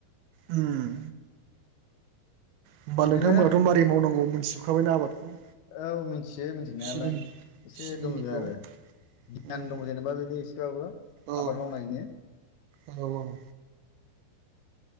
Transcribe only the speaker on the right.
ओम होमबा
नोंथांमोनहाथ' मारै मावनांगौ मोनथिजोबखाबायना आबादखौ
सिबिं
सिबिंनिखौ
उम
औ
औ औ